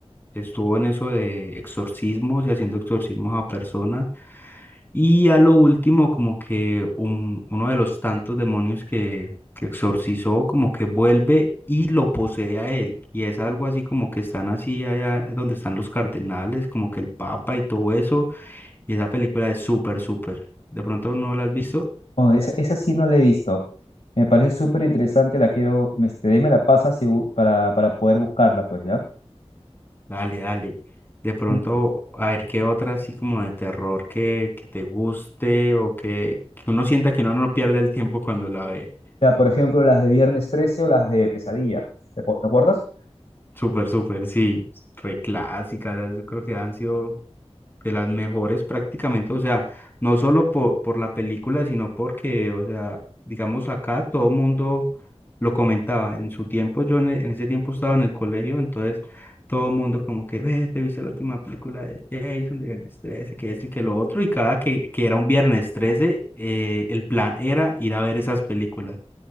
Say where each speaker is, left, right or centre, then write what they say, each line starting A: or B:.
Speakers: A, on the left; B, on the left.
A: estuvo en eso de exorcismos y haciendo exorcismos a personas. Y a lo último, como que un- uno de los tantos demonios que, que exorcizó, como que vuelve y lo posee a él. Y es algo así como que están así allá donde están los cardenales, como que el papa y todo eso. Y esa película es súper, súper. ¿De pronto no la has visto?
B: No, esa, esa sí no la he visto. Me parece súper interesante, la quiero. me- Este, de ahí me la pasas y bu- para, para poder buscarla, pues, ¿ya?
A: Dale, dale. De pronto,
B: Ujú.
A: a ver qué otra así como de terror que, que te guste o que, que uno sienta que uno no pierde el tiempo cuando la ve.
B: Ya, por ejemplo, las de Viernes 13 o las de Pesadilla. ¿Te, acu- te acuerdas?
A: Súper, súper, sí. Reclásicas, yo creo que han sido de las mejores prácticamente, o sea, no solo por, por la película, sino porque, o sea, digamos acá todo el mundo lo comentaba. En su tiempo, yo en, e- en ese tiempo estaba en el colegio, entonces todo el mundo como que, ve, te viste la última película de Jason, de Viernes 13, que esto y que lo otro, y cada que, que era un Viernes 13, eh, el plan era ir a ver esas películas.